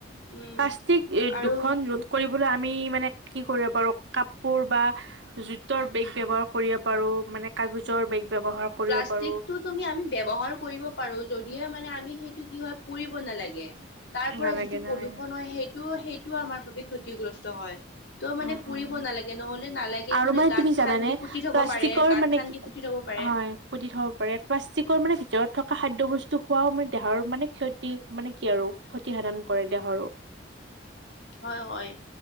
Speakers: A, on the left; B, on the right.
A: উম।
B: প্লচিক এ,
A: আৰু
B: দুখন ৰূপ কৰিবলৈ আমি মানে কি কৰিব পাৰো, কাপোৰ বা জোতৰ বেগ ব্যৱহাৰ কৰিব পাৰোঁ, মানে কাগজৰ বেগ ব্যৱহাৰ কৰিব
A: প্লাষ্টিকটো
B: পাৰো
A: তুমি আমি ব্যৱহাৰ কৰিব পাৰোঁ যদিহে মানে আমি সেইটো কি হয় পুৰিব নালাগে। তাৰপৰা
B: নালাগে
A: যিটো
B: নালাগে
A: প্ৰদূৰণ হয় সেইটো সেইটোও আমাৰ বাবে ক্ষতিগ্ৰস্ত হয়। তো মানে
B: উম
A: পুৰিব
B: উম
A: নালাগে, নহ'লে নালাগে
B: আৰু
A: কোনে
B: মানে
A: গাঁত
B: তুমি জানানে
A: খান্দি পুতি থ'ব
B: প্লাষ্টিকৰ
A: পাৰে, গাঁত
B: মানে
A: খান্দি
B: কি
A: পুতি থ'ব পাৰে।
B: হয় পুতি থ'ব পাৰে। প্লাষ্টিকৰ মানে ভিতৰত থকা খাদ্য বস্তু খোৱাও মানে দেহৰ মানে ক্ষতি মানে কি আৰু ক্ষতিসাধন কৰে দেহৰো।
A: হয় হয়,